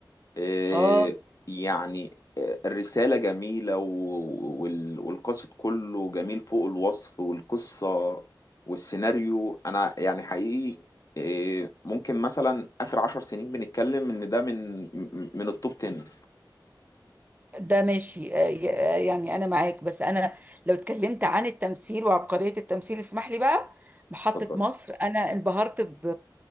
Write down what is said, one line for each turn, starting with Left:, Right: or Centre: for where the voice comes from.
Left: آه،
Right: اه
Left: يعني آه، الرسالة جميلة و- وال- والقصد كله جميل فوق الوصف والقصة والسيناريو أنا يعني حقيقي آه، ممكن مثلا آخر عشر سنين بنتكلم إن ده من م- من التوب 10
Right: ده ماشي آه، ي- آه، يعني انا معاك بس انا لو اتكلمت عن التمثيل وعبقرية التمثيل اسمح لي بقى محطة
Left: اتفضلي
Right: مصر انا انبهرت ب